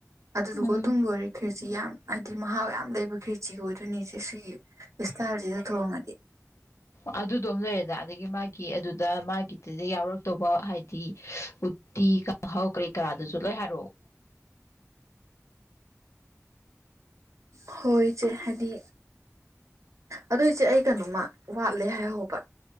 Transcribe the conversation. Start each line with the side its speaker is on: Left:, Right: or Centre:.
Right: ꯑꯗꯨꯗꯨꯒ
Left: ꯎꯝ
Right: ꯇꯨꯡ ꯂꯣꯏꯔꯦ ꯈꯔꯁꯤ ꯌꯥꯝ ꯍꯥꯏꯗꯤ ꯃꯍꯥꯎ ꯌꯥꯝ ꯂꯩꯕ ꯈꯤꯔꯆ ꯆꯤꯒ ꯑꯣꯏꯗꯅꯤꯁꯦ ꯁꯤꯒꯤ ꯕꯤꯁꯇꯥꯜꯁꯤꯗ ꯊꯣꯡꯉꯗꯤ
Left: ꯑꯗꯨꯗꯣ ꯑꯃ ꯂꯩꯔꯦꯗꯅ ꯑꯗꯒꯤ ꯃꯥꯒꯤ ꯑꯗꯨꯗ ꯃꯥꯒꯤꯗꯨꯗ ꯌꯥꯎꯔꯛꯇꯧꯕ ꯍꯥꯏꯗꯤ ꯎꯠꯇꯤ ꯀꯥꯡꯍꯥꯎ ꯀꯔꯤ ꯀꯔꯥ ꯑꯗꯨꯖꯨ ꯂꯣꯏ ꯍꯔꯛꯑꯣ
Right: <inaudible> ꯍꯣꯏ ꯏꯆꯦ ꯍꯥꯏꯗꯤ ꯑꯗꯨ ꯏꯆꯦ ꯑꯩ ꯀꯩꯅꯣꯃ ꯋꯥꯠꯂꯦ ꯍꯥꯏꯍꯧꯕ